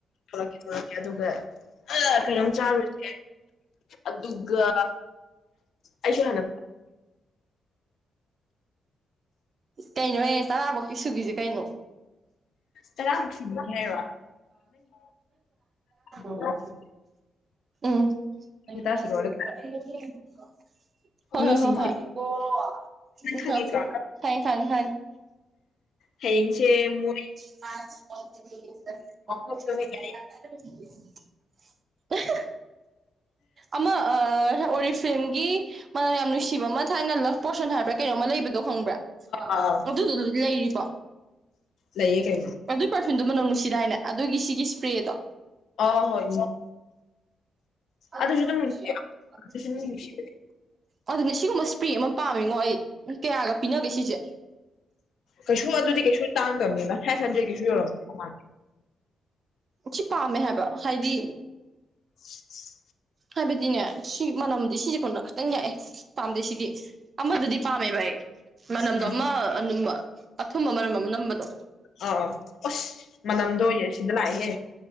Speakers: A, on the left; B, on the right.
A: ꯊꯣꯛꯂꯛꯀꯦ ꯊꯣꯛꯂꯛꯀꯦ ꯑꯗꯨꯒ ꯀꯩꯅꯣꯝ ꯆꯥꯔꯨꯁꯦ ꯑꯗꯨꯒ ꯑꯩꯁꯨ ꯍꯟꯅ
B: ꯀꯩꯅꯣꯍꯦ ꯇꯔꯥꯐꯧꯀꯤ ꯁꯨꯒꯤꯁꯦ ꯀꯩꯅꯣ
A: ꯇꯔꯥꯃꯨꯛ
B: ꯇꯥꯁ
A: ꯁꯨꯕꯤꯒꯦ ꯍꯥꯏꯔꯣ ꯅꯪꯒꯤ
B: <unintelligible> ꯎꯝ <unintelligible>
A: ꯇꯔꯥ ꯁꯨꯗꯣꯔꯦ
B: ꯍꯣꯏ ꯍꯣꯏ ꯍꯣꯏ
A: ꯃꯤꯁꯤꯡꯁꯦ
B: ꯍꯣꯏ
A: ꯅꯪ
B: <unintelligible> ꯈꯪꯉꯦ
A: ꯈꯪꯉꯤꯀꯣ
B: ꯈꯪꯉꯦ ꯈꯪꯉꯦ
A: ꯍꯌꯦꯡꯁꯦ ꯃꯣꯢ
B: <unintelligible>
A: ꯃꯄꯣꯛ ꯅꯨꯃꯤꯠ
B: ꯑꯃ ꯑ꯫ ꯄꯣꯔꯤꯐ꯭ꯂꯝꯒꯤ ꯃꯥꯅꯝ ꯌꯥꯝ ꯅꯨꯡꯁꯤꯕ ꯑꯃ ꯊꯥꯏꯅ ꯂꯕ ꯄꯣꯔꯁꯟ ꯍꯥꯏꯕ꯭ꯔꯥ ꯀꯩꯅꯣꯝꯃ ꯂꯩꯕꯗꯣ ꯈꯪꯕ꯭ꯔꯥ
A: ꯑꯥ
B: ꯑꯗꯨꯗꯨꯗꯤ ꯂꯩꯔꯤꯕꯣ
A: ꯂꯩꯌꯦ
B: ꯂꯩꯔꯤ
A: ꯀꯩꯅꯣ
B: ꯑꯗꯨꯏ ꯄꯔꯐ꯭ꯌꯨꯝꯗꯣ ꯃꯅꯝ ꯅꯨꯡꯁꯤꯗꯥꯢꯅꯦ ꯑꯗꯨꯒꯤ ꯁꯤꯒꯤ ꯏꯁ꯭ꯄ꯭ꯔꯦꯗꯣ
A: ꯑ ꯍꯣꯏ
B: ꯑꯗꯨ
A: ꯑꯗꯨꯁꯨ ꯑꯗꯨꯝ
B: ꯑꯗꯨꯣ ꯌꯥ <unintelligible>
A: ꯑꯗꯨꯁꯨ ꯑꯗꯨꯝ ꯅꯨꯡꯁꯤꯕꯅꯦ
B: ꯑꯗꯨꯅꯦ ꯁꯤꯒꯨꯝꯕ ꯏꯁꯄ꯭ꯔꯦ ꯑꯃ ꯄꯥꯝꯃꯤꯉꯣ ꯑꯩ ꯀꯌꯥꯒ ꯄꯤꯅꯒꯦ ꯁꯤꯁꯦ
A: ꯀꯩꯁꯨ ꯑꯗꯨꯗꯤ ꯀꯩꯁꯨ ꯇꯥꯡꯗꯕꯅꯤꯗ ꯐꯥꯢꯞ ꯍꯟꯗꯔꯦꯠ ꯀꯩꯁꯨ ꯌꯧꯔꯝ꯫
B: ꯁꯤ ꯄꯥꯝꯃꯦ ꯍꯥꯏꯕ ꯍꯥꯏꯗꯤ
A: <unintelligible>
B: ꯍꯥꯏꯕꯗꯤꯅꯦ ꯁꯤ ꯃꯅꯝꯗꯤ ꯁꯤꯁꯦ ꯀꯣꯟꯅ ꯈꯤꯇꯪ ꯌꯥꯛꯑꯦ ꯄꯥꯝꯗꯦ ꯁꯤꯗꯤ ꯑꯃꯗꯨꯗꯤ ꯄꯥꯝꯃꯦ ꯚꯥ ꯑꯩ ꯃꯅꯝꯗꯣ
A: ꯑꯥ
B: ꯑꯃ ꯑꯗꯨꯝ ꯑꯊꯨꯝꯕ ꯃꯔꯝ ꯑꯃ ꯅꯝꯕꯗꯣ
A: ꯑ ꯑꯁ ꯃꯅꯝꯗꯣ ꯑꯣꯏꯌꯦ ꯁꯤꯗ ꯂꯥꯛꯑꯦꯍꯦ